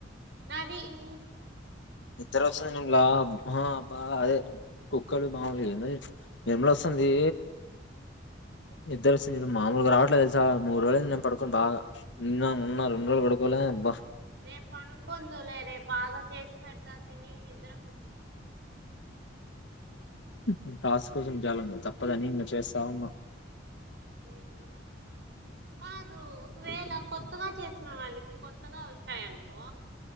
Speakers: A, on the right; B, on the left.
A: నావి ఏ
B: నీద్దర వస్తుంది నిలా అబ్బా అదే కుక్కలు మాములు ఏ ఏంల వస్తుంది. నీద్దరు వస్తుంది చూడు మామూలుగా రావట్లేదు తెలుసా మూడు రోజులు నేను పడుకోని బాగా నిన్న మన్న రెండు రోజులు పడుకోలే బా
A: రేపు పనుకుందులే రేపు బాగా చేసి పెడతా తిని నిద్ర
B: ఉ టాస్ కోసం జాలాంట్ట తప్పదని ఇంకా చేస్తా ఉనా.
A: నేను కూడా కాదు ఒకవేళ కొత్తగా చేసిన వాళ్ళకి కొత్తగా వచ్చాయనుకో